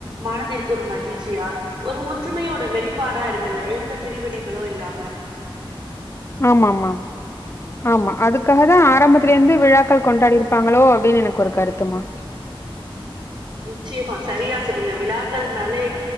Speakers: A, on the right; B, on the left.
A: மனதிற்கு ஒரு மகிழ்ச்சியா ஒரு ஒற்றுமையோட வெளிப்பாடா இருக்குல்ல எந்த பிரிவினைகளு இல்லாம
B: ஆமாமா ஆமா அதுக்காக தா ஆரம்பத்திலருந்தே விழாக்கள் கொண்டாடிருப்பாங்களோ அப்டின்னு எனக்கு ஒரு கருத்துமா
A: நிச்சயமா சரியா சொன்னீங்க விழாக்கள்னாலே